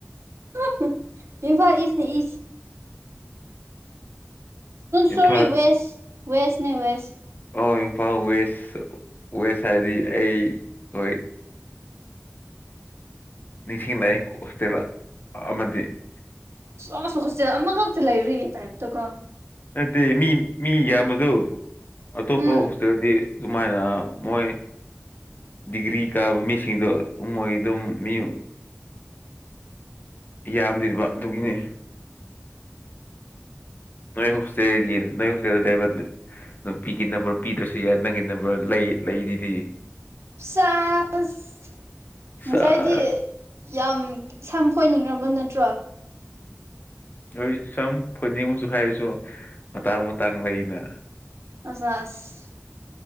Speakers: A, on the right; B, on the left.
A: <unintelligible> ꯏꯝꯐꯥꯜ ꯏꯆꯅꯤ ꯏ ꯁꯣꯔꯤ
B: ꯏꯝꯐꯥꯜ
A: ꯋꯦꯁ ꯋꯦꯁꯅꯦ ꯋꯦꯁ
B: ꯑ ꯏꯝꯐꯥꯜ ꯋꯦꯁ ꯋꯦꯁ ꯍꯥꯏꯗꯤ ꯑꯩ ꯍꯣꯏ ꯅꯤꯡꯁꯤꯡꯂꯛꯑꯦ ꯍꯣꯁꯇꯦꯜ ꯑꯃꯗꯤ
A: ꯁꯣꯁ ꯍ‌ꯣꯁꯇ꯭ꯂ‌ꯦꯟ ꯑꯃꯈꯛꯇ ꯂꯩꯕꯒꯤ ꯇꯥꯏ ꯇꯒꯣ
B: ꯅꯠꯇꯦ ꯃꯤ ꯃꯤ ꯌꯥꯝꯕꯗꯣ ꯑꯇꯣꯞꯄ
A: ꯎꯝ
B: ꯍꯣꯁꯇꯦꯜꯗꯤ ꯗꯨꯃꯥꯏꯅ ꯃꯣꯏ ꯗꯤꯒ꯭ꯔꯤ ꯀꯥꯕ ꯃꯤꯁꯤꯡꯗꯣ ꯃꯣꯏ ꯑꯗꯨꯝ ꯃꯤ ꯌꯥꯝꯗꯦꯕ ꯑꯗꯨꯒꯤꯅꯤ ꯅꯣꯏ ꯍꯣꯁꯇꯦꯜꯒꯤ ꯅꯪ ꯒ ꯂꯩꯕ ꯅꯨꯄꯤꯒꯤ ꯅꯝꯕꯔ ꯄꯤꯗ꯭ꯔꯁꯨ ꯌꯥꯏ ꯅꯪꯒꯤ ꯅꯝꯕꯔ ꯂꯩ ꯂꯩꯔꯤꯗꯤ
A: ꯁꯥꯁ ꯉꯁꯥꯏꯗꯤ
B: ꯁꯦꯁ
A: ꯌꯥꯝ ꯁꯝ ꯐ‌ꯣꯏꯅꯤꯡꯔꯕ ꯅꯠꯇ꯭ꯔꯣ
B: ꯍꯣꯏ ꯁꯝ ꯐꯣꯏꯅꯤꯡꯕꯁꯨ ꯍꯥꯏꯔꯁꯨ ꯃꯇꯥꯡ ꯃꯇꯥꯡ ꯂꯩꯅ
A: ꯑꯥꯁꯥꯁ